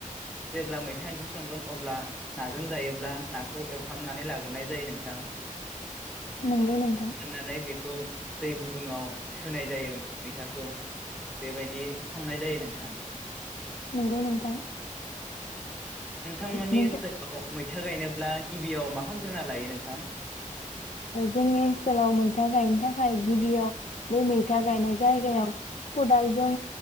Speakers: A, in the centre; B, on the left (about 60°).
A: जेब्ला मैथा ओंख्रि संगोन अब्ला नाजों जायोब्ला नाखौ एवफ्रामनानै लाग्रोनाय जायो नोंथां।
B: नंगौ नोंथां
A: <inaudible> दै गुदुङाव होनाय जायो मैथाखौ। बेबायदि संनाय जायो नोंथां।
B: नंगौ नोंथां।
A: नोंथांमोननि
B: नोंथां
A: ओनसोलाव मै था गायनोब्ला गिबियाव मा खालामग्रोना लायो नोंथां?
B: जोंनि ओनसोलाव मैथा गायनो थाखाय गिबियाव बै मैथा गायनाय जायगायाव खदालजों